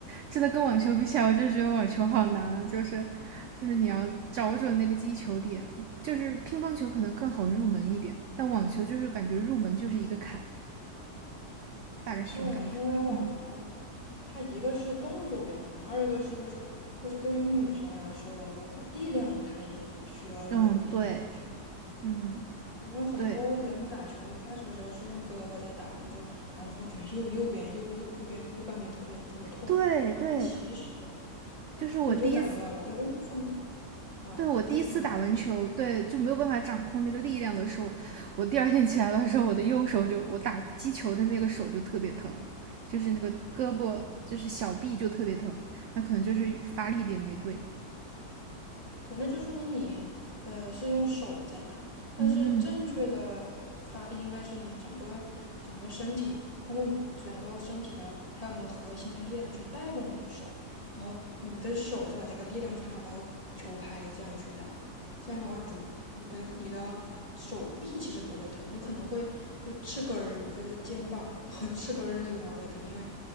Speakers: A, on the right (about 70°); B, on the left (about 20°).
A: 真的跟网球比起来，我就觉得网球好难啊。就是，就是你要找准那个击球点，就是乒乓球可能更好入门一点，但网球就是感觉入门就是一个坎，大概是这种感觉。
B: 对，因为网球
A: 嗯
B: 它一个是动作比较难，二一个是就是就是对于女生来说，力量它也需要有一定要求。
A: 嗯，对，嗯
B: 因为很多人打球一开始的时候是用胳膊在打嘛，
A: 对
B: 就打完之后觉得右右边右右右边右半边特别特别痛，
A: 对对，
B: 但其实
A: 就是我第一次。
B: 你就感觉到吧，对，都是上面啊，
A: 对我第一次打完球，
B: 第一次你打就觉得。
A: 对就没有办法掌控那个力量的时候，我第二天起来的时候，我的右手就我打击球的那个手就特别疼，就是那个胳膊就是小臂就特别疼，那可能就是发力点没对。
B: 对，那就说明你呃是用手在打，但是正确的发力应该是你整个整个身体，
A: 嗯
B: 通过你整个身体的还有你的核心的力量去带动你的手，然后你的手再把这个力量传导到球拍，这样去打，这样的话你就你的你的手臂其实不会疼，你可能会就翅根儿就是肩膀 <laughs> 翅根儿那个地方会疼，因为